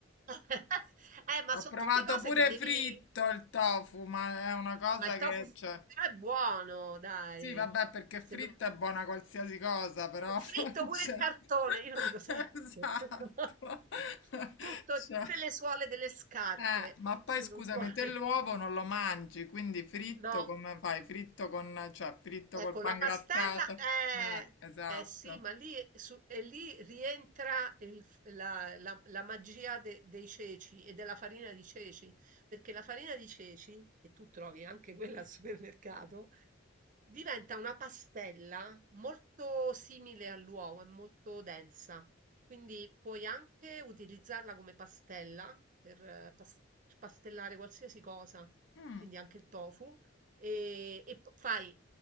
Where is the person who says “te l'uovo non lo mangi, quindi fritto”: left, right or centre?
Left